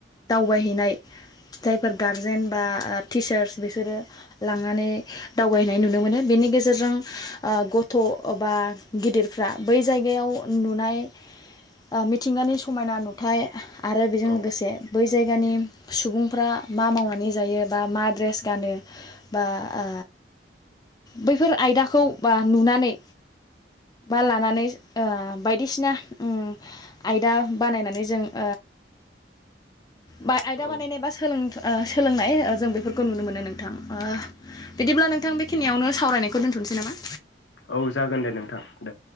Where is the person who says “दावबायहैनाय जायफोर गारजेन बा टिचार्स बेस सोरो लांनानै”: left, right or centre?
Left